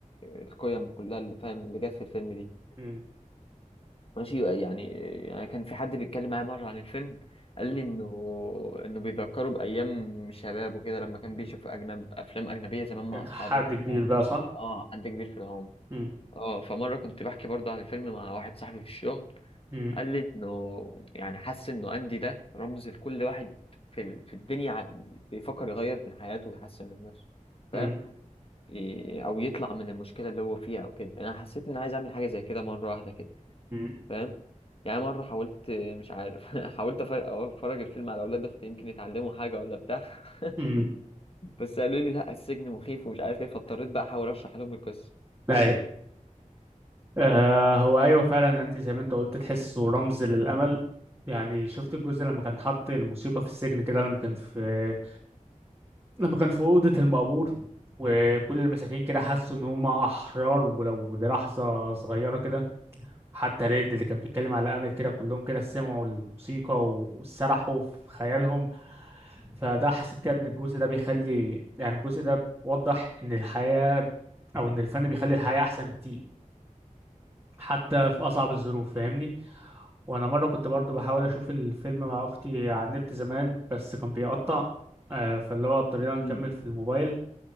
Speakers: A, on the left; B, on the right.
A: القيم كلها اللي فاهم اللي جت في الفيلم دي
B: أمم،
A: ماشي يعني يعني كان في حد بيتكلم معايا مرة عن الفيلم قال لي انه انه بيذكره بايام شبابه كده لما كان
B: أمم.
A: بيشوف اجنب افلام اجنبية زمان مع
B: كان
A: اصحابه
B: حد كبير
A: اه
B: بقى صح؟
A: آه، حد كبير في العمر
B: مم.
A: اه فمرة كنت بحكي برضه عن الفيلم مع واحد صاحبي في الشغل
B: مم.
A: قال لي انه يعني حس انه اندي ده رمز لكل واحد في ال- في الدنيا ع- بيفكر يغير من حياته ويحسن من نفسه فاهم
B: مم.
A: إيه، او يطلع من المشكلة اللي هو فيها او كده انا حسيت اني عايز اعمل حاجة زي كده مرة واحدة كده
B: مم.
A: فاهم يعني مرة حاولت مش عارف <laughs> حاولت أفر- افرج الفيلم على اولاد اختي يمكن يتعلموا حاجة ولا بتاع
B: مم.
A: <laughs> بس قالوا لي لا السجن مخيف ومش عارف ايه فاضطريت بقى احاول اشرح لهم القصة
B: أي آه هو أيوه فعلا عندي زي ما أنت قلت تحسه رمز للأمل يعني شفت الجزء لما كان حاط الموسيقى في السجن كده لما كان في لما كان في أوضة المأمور وكل المساكين كده حسوا إن هم أحرار ولو للحظة صغيرة كده حتى ريد اللي كان بيتكلم على امل كده كلهم كده سمعوا الموسيقى و- وسرحوا في خيالهم فده حسيت كده ان الجزء ده بيخلي يعني الجزء ده بيوضح ان الحياة او ان الفن بيخلي الحياة احسن بكتير حتى في اصعب الظروف فاهمني وانا مره كنت برضو بحاول اشوف الفيلم مع اختي على النت زمان بس كان بيقطع آه، فاللي هو اضطرينا نكمل
A: مم.
B: في الموبايل